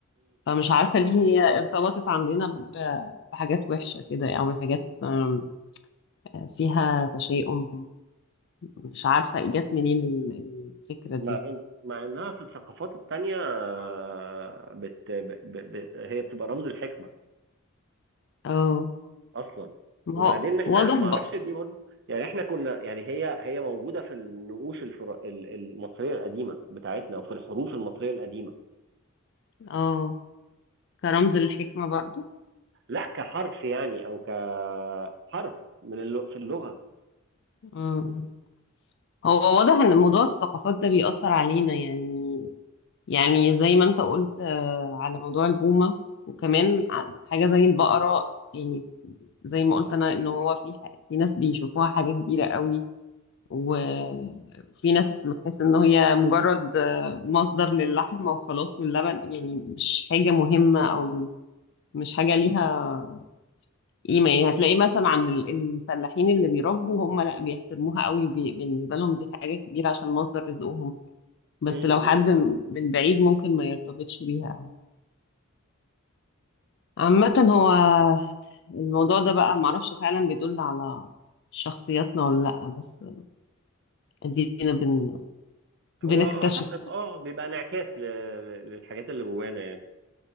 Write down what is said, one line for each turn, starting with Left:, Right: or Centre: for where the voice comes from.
Left: فمش عارفة ليه هي ارتبطت عندنا ب- بحاجات وحشة كده او حاجات آم، آه، فيها تشاؤم مش عارفة جت منين ال- الفكرة دي
Right: مع إن مع إنها في الثقافات التانية آه، بت... ب... ب... ب... هي بتبقى رمز الحكمة
Left: اه
Right: أصلا
Left: ما
Right: وبعدين
Left: هو
Right: إحنا
Left: واضح
Right: ما
Left: ب...
Right: أعرفش دي برضه يعني إحنا كنا يعني هي هي موجودة في النقوش الفر... ال- المصرية القديمة بتاعتنا وفي الحروف المصرية القديمة
Left: اه كرمز للحكمة برضو
Right: لا كحرف يعني أو كحرف من الل... في اللغة
Left: مم. هو واضح ان موضوع الثقافات ده بيأثر علينا يعني يعني زي ما انت قلت آه، على موضوع البومة وكمان ع- حاجة زي البقرة يعني زي ما قلت انا ان هو في ح- في ناس بيشوفوها حاجة كبيرة قوي و- وفي ناس بتحس ان هي مجرد آه، مصدر للحمة وخلاص واللبن يعني مش حاجة مهمة او مش حاجة ليها ايمان هتلاقيه مثلا عند ال- الفلاحين اللي بيربوا هم لا بيحترموها قوي بي- بالنسبه لهم دي حاجه كبيره عشان مصدر رزقهم بس
Right: امم
Left: لو حد م- من بعيد ممكن ما يرتبطش بيها قوي عامه هو الموضوع ده بقى معرفش فعلا بيدل على شخصياتنا ولا لا بس ادينا بن... بنكتشف
Right: هو أعتقد أه بيبقى انعكاس ل... ل- للحاجات اللي جوانا يعني